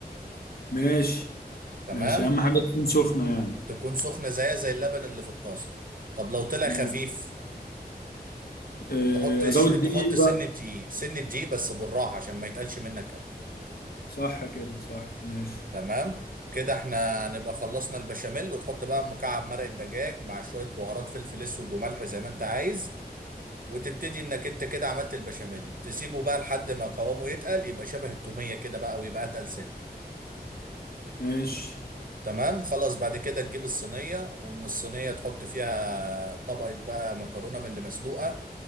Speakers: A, on the left; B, on the right.
A: ماشي
B: تمام؟
A: ماشي اهم حاجة تكون سخنة يعني
B: تكون سخنة زيها زي اللبن اللي في الطاسة طب لو طلع
A: ماشي
B: خفيف
A: اه،
B: تحط ش...
A: ازود
B: تحط
A: دقيق
B: سن
A: بقى
B: دقيق سن دقيق بس بالراحة عشان ما يتقلش منك أوي
A: صح كده صح ماشي
B: تمام؟ كده احنا نبقى خلصنا البشاميل وتحط بقى مكعب مرق الدجاج مع شوية بهارات فلفل اسود وملح زي ما انت عايز وتبتدي انك انت كده عملت البشاميل تسيبه بقى لحد ما قوامه يتقل يبقى شبه التومية كده بقى ويبقى اتقل سنة
A: ماشي
B: تمام خلاص بعد كده تجيب الصينية ومن الصينية تحط فيها طبقة بقى مكرونة من اللي مسلوقة